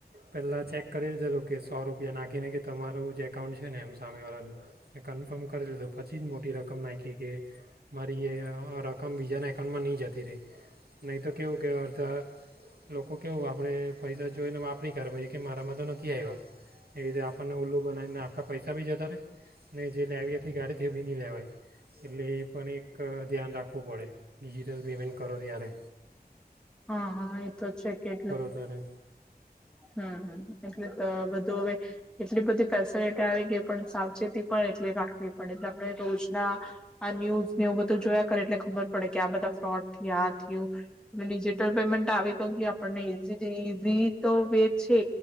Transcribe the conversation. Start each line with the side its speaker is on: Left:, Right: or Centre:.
Right: પહેલાં ચેક કરી લીધેલું કે સો રૂપિયા નાખીને કે તમારું જે એકાઉન્ટ છે ને એમ સામેવાળાનું કન્ફર્મ કરી લીધું પછી જ મોટી રકમ નાખી કે મારી એ રકમ બીજાના એકાઉન્ટમાં નહીં જતી નથી ર નહીં તો કેવું કે અડધા લોકો કેવું આપણે પૈસા જોઈને વાપરી કર પછી કે મારામાં તો નથી આવ્યા એવી રીતે આપણને ઓલ્લું બનાવીને આપણા પૈસા બી જતા રહે ને જે લેવી હતી ગાડીથી બી નહીં લેવાય એટલે એ પણ એક ધ્યાન રાખવું પડે ડીજી પેમેન કરો ્યારે
Centre: હા હા એ તો છે કેટલે
Right: તારે
Centre: હમ એટલે બધું હવે એટલી બધી ફેસિલિટી આવી ગઈ પણ સાવચેતી પણ એટલી રાખવી પડે એટલે આપણે રોજના આ ન્યૂઝ ને એવું બધું જોયા કરે એટલે ખબર પડે કે આ બધા ફ્રોડ આ થયું ડિજિટલ પેમેન્ટ આવી તો ગ આપણને ઈઝી થી ઈઝીન તો વે છે